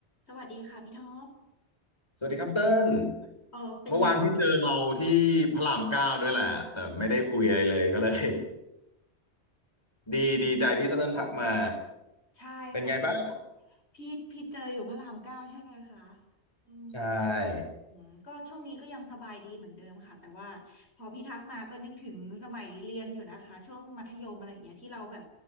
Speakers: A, on the left; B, on the left.
A: สวัสดีค่ะพี่ท็อป
B: สวัสดีครับเติ้ล
A: เออเป็นไง
B: เมื่อวานพี่เจอเราที่พระรามเก้าด้วยแหละแต่ไม่ได้คุยอะไรเลยก็เลย <laughs> ดีดีใจที่เติ้ลทักมา
A: ใช่ค่ะ
B: เป็นไงบ้าง
A: พี่พี่เจออยู่พระรามเก้าใช่ไหมคะอืม
B: ใช่
A: อืมก็ช่วงนี้ก็ยังสบายดีเหมือนเดิมค่ะแต่ว่าพอพี่ทักมาก็นึกถึงสมัยเรียนอยู่นะคะช่วงมัธยมอะไรอย่างเงี้ยที่เราแบบ